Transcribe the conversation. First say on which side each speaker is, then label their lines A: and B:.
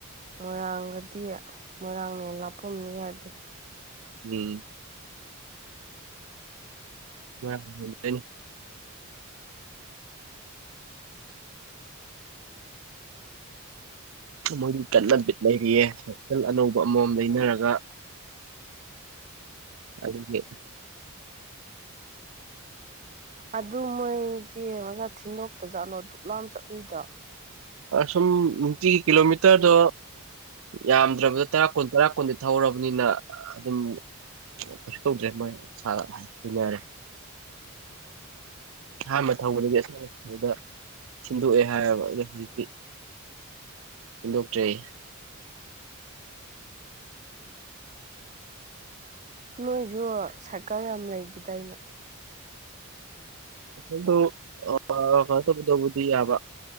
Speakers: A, on the right; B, on the right.
A: ꯃꯣꯏꯔꯥꯡꯒꯗꯤ ꯃꯣꯏꯔꯥꯡꯅꯦ ꯂꯥꯞ ꯄꯨꯝꯅꯤꯕꯗꯤ
B: ꯎꯝ ꯍꯣꯏꯅꯤ ꯃꯣꯏꯗꯤ ꯀꯠꯅ ꯕꯤꯠ ꯂꯩꯔꯤꯑ ꯁꯥꯏꯀꯜ ꯑꯅꯧꯕ ꯑꯃꯃꯝ ꯂꯩꯅꯔꯒ ꯑꯗꯨꯗꯤ
A: ꯑꯗꯨ ꯃꯣꯏꯗꯤ ꯃꯖꯥ ꯊꯤꯟꯗꯣꯛꯇ ꯆꯥꯠꯂꯣ ꯗꯨꯛꯂꯥꯝ ꯆꯠꯂꯨꯏꯗꯣ
B: ꯁꯨꯝ ꯅꯨꯡꯇꯤꯒꯤ ꯀꯤꯂꯣꯃꯤꯇꯔꯗꯣ ꯌꯥꯝꯗ꯭ꯔꯕꯗ ꯇꯔꯥ ꯀꯨꯟ ꯇꯔꯥ ꯀꯨꯟꯗꯤ ꯊꯧꯔꯕꯅꯤꯅ ꯑꯗꯨꯝ ꯑꯣ ꯀꯩꯁꯨ ꯇꯧꯗ꯭ꯔꯦ ꯃꯣꯏꯔꯦ ꯑꯍꯥꯟꯕ ꯊꯧꯕꯗꯒꯤ ꯑꯁꯕꯗ ꯁꯤꯤꯟꯗꯣꯛꯑꯦ ꯍꯥꯏꯌꯦꯕ ꯑꯣ ꯍꯧꯖꯤꯛꯇꯤ ꯗꯣꯛꯇꯔꯤ
A: ꯅꯣꯏꯁꯨ ꯁꯥꯏꯀꯜ ꯌꯥꯝ ꯂꯩꯈꯤꯗꯥꯏꯅꯦ
B: ꯑꯗꯨꯣ ꯑ ꯇꯕꯨ ꯇꯕꯨꯗꯤ ꯌꯥꯕ